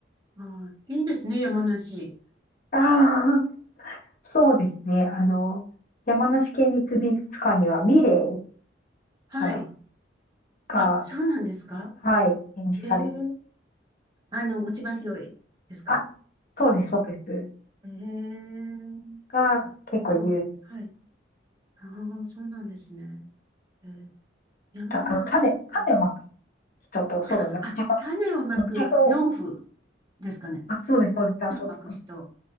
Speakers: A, on the right; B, on the left.
A: ああ、いいですね、山梨。
B: ああ、そうですね。あの、山梨県立美術館にはミレー
A: はい。
B: かな、が、
A: あ、そうなんですか。
B: はい、展示されてる。
A: ええあの、落ち葉拾いですか。
B: あ、そうです、そうです。
A: ええ
B: が、結構有名。
A: と、はい。ああ、そうなんですね。えー山梨の、
B: た、あの、種、種をまく人と、そうだね、
A: た、あ、
B: 落ち葉、
A: 種をまく農夫
B: 落ち穂
A: ですかね。
B: あ、そうです、そうです。あと、
A: 種をまく人。